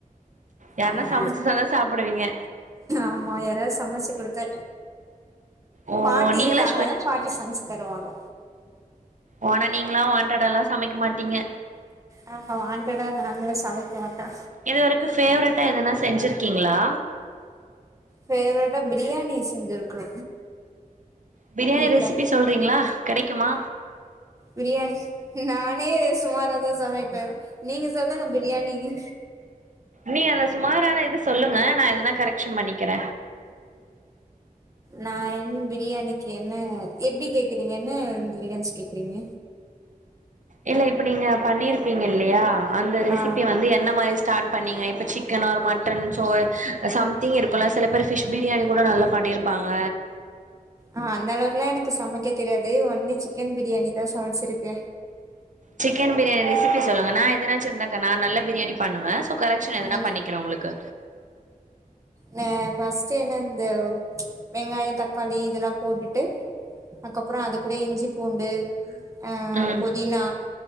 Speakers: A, on the right (about 60°); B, on the right (about 20°).
A: யாருன்னா
B: அதுனால
A: சமைச்சு தந்தா சாப்பிடுவீங்க
B: ஆமா யாராது சமைச்சி குடுத்தா
A: ஓ
B: பாட்டி
A: நீங்களா
B: இருக்காங்க பாட்டி சமைச்சு தருவாங்க
A: ஓனா நீங்களா வாண்டடாலா சமைக்க மாட்டீங்க
B: ஆ ஆ வாண்டடா நானா சாமைக்க மாட்டே
A: இதுவரைக்கு ஃபேவரெட்டா எதனா செஞ்சிருக்கீங்ளா
B: ஃபேவரெட்டா பிரியாணி செஞ்சிருக்கோ
A: பிரியாணி
B: வீட்ல
A: ரெசிபி சொல்றீங்ளா கெடைக்குமா
B: பிரியாணி நானே சுமாரா தா சமைப்பே நீங்க சொல்லுங்க பிரியாணிக்கு
A: நீ அந்த சுமாரான இது சொல்லுங்க நா எதுனா கரெக்ஷன் பண்ணிக்கிற
B: நா என் பிரியாணிக்கு என்ன எப்டி கேக்குறீங்க என்ன இன்க்ரீடியன்ஸ் கேக்குறீங்க
A: இல்ல இப்ப நீங்க பண்ணிருப்பீங்க இல்லையா அந்த ரெசிபி
B: ஆ
A: வந்து என்ன மாரி ஸ்டார்ட் பண்ணீங்க இப்ப chicken or mutton so something இருக்குல்ல சில பேர் ஃபிஷ் பிரியாணி கூட நல்லாப் பண்ணிருப்பாங்க
B: ஆ அந்த அளவுக்லா எனக்கு சமைக்க தெரியாது ஒன்லி சிக்கன் பிரியாணிதா சமச்ருக்க
A: சிக்கன் பிரியாணி ரெசிபி சொல்லுங்க நா எதுனாச்ச இருந்தாக்கா நா நல்ல பிரியாணி ப பண்ணுவ சோ கரெக்ஷன் எதனா
B: ஆ
A: பண்ணிக்கிற உங்ளுக்கு
B: ந ஃபர்ஸ்ட் என்ன இந்த வெங்காயொ தக்காளி இதெல்லா போட்டுட்டு அதுக்கப்றொ அது கூட இஞ்சி பூண்டு ஆ
A: ம்
B: பொதினா